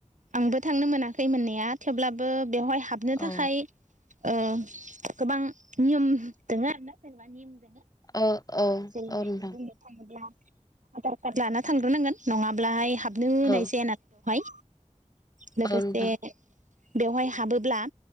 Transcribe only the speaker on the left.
औ
औ औ
औ नोंथां
औ
औ नोंथां